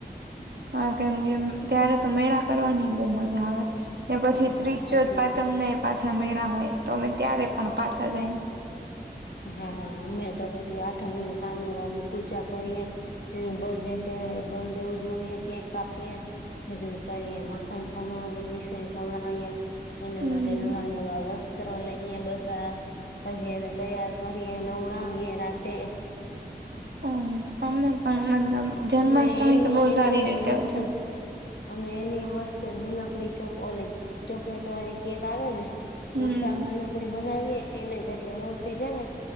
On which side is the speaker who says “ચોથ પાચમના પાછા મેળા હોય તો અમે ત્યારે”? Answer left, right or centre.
Right